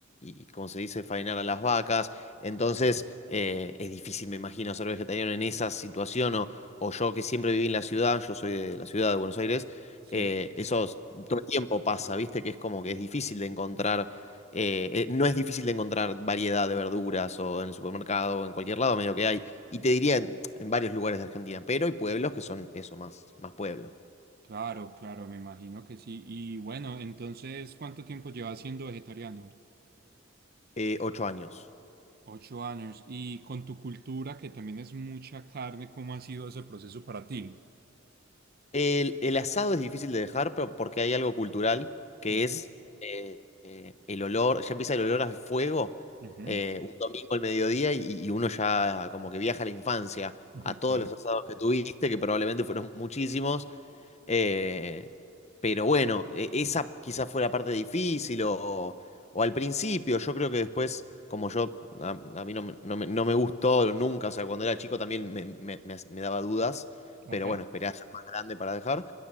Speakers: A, on the left; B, on the right.
A: y, como se dice, faenar a las vacas. Entonces, eh, es difícil, me imagino, ser vegetariano en esa situación o, o yo que siempre viví en la ciudad, yo soy de la ciudad de Buenos Aires,
B: Sí.
A: eh, eso es- todo el tiempo pasa, ¿viste? Que es como que es difícil de encontrar. eh, eh, no es difícil de encontrar variedad de verduras o en el supermercado o en cualquier lado, medio que hay. Y te diría en, en varios lugares de Argentina, pero hay pueblos que son eso, más, más pueblo.
B: Claro, claro, me imagino que sí. Y bueno, entonces, ¿cuánto tiempo llevas siendo vegetariano?
A: Eh, ocho años.
B: Ocho años. Y con tu cultura, que también es mucha carne, ¿cómo ha sido ese proceso para ti?
A: El, el asado es difícil de dejar, pero porque hay algo cultural que
B: Ujú,
A: es eh, eh, el olor, ya empieza el olor a fuego
B: ujú,
A: eh, un domingo al mediodía y, y uno ya como que viaja a la infancia,
B: ujú,
A: a todos
B: claro.
A: los asados que tuviste, que probablemente fueron muchísimos, eh, pero bueno, e- esa quizás fue la parte difícil o, o al principio. Yo creo que después, como yo, a, a mí no, me, no me- no me gustó nunca, o sea, cuando era chico también me, me- me as- me daba dudas,
B: Ok,
A: pero bueno, esperé a ser más grande para dejar.